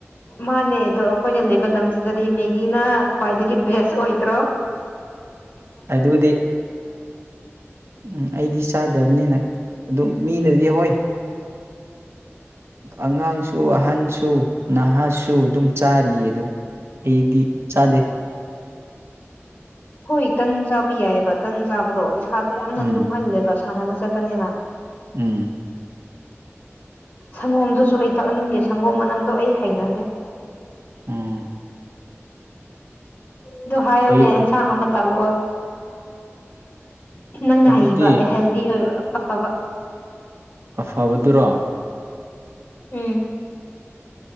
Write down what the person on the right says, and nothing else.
ꯑꯗꯨꯗꯤ ꯎꯝ ꯑꯩꯗꯤ ꯆꯥꯗꯕꯅꯤꯅ ꯑꯗꯨꯝ ꯃꯤꯅꯗꯤ ꯏ ꯍꯣꯏ ꯑꯉꯥꯡꯁꯨ ꯑꯍꯟꯁꯨ ꯅꯍꯥꯁꯨ ꯑꯗꯨꯝ ꯆꯥꯔꯤꯌꯦ ꯑꯗꯨ ꯑꯩꯗꯤ ꯆꯥꯗꯦ
ꯎꯝ
ꯎꯝ
ꯎꯝ
ꯀꯩ
ꯑꯗꯨꯗꯤ
ꯑꯐꯕꯗꯨꯔꯣ